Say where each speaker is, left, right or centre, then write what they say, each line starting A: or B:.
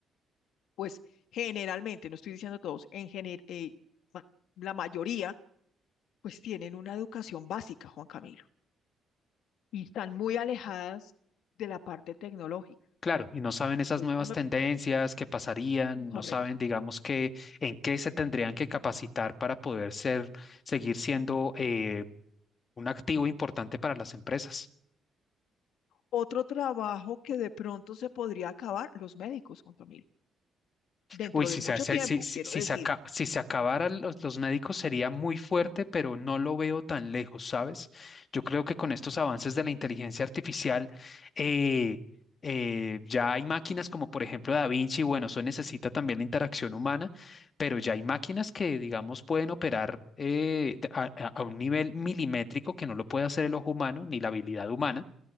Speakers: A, on the left (about 80°); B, on the left (about 40°).
A: pues generalmente, no estoy diciendo todos, en gener- eh, ma- la mayoría, pues tienen una educación básica, Juan Camilo, y están muy alejadas de la parte tecnológica.
B: Claro, y no saben esas
A: Entonces,
B: nuevas
A: yo
B: tendencias que pasarían,
A: me- correcto.
B: no saben, digamos, que en qué se tendrían que capacitar para poder ser, seguir siendo eh, un activo importante para las empresas.
A: Otro trabajo que de pronto se podría acabar, los médicos, Juan Camilo, dentro
B: Uy, si
A: de mucho
B: se, hace-
A: tiempo,
B: si, si,
A: quiero
B: si
A: decir.
B: se, aca- si se acabaran los, los médicos sería muy fuerte, pero no lo veo tan lejos, ¿sabes? Yo creo que con estos avances de la inteligencia artificial, eh, eh, ya hay máquinas como por ejemplo Da Vinci, bueno, eso necesita también la interacción humana, pero ya hay máquinas que, digamos, pueden operar eh, de- a, a- a un nivel milimétrico que no lo puede hacer el ojo humano ni la habilidad humana.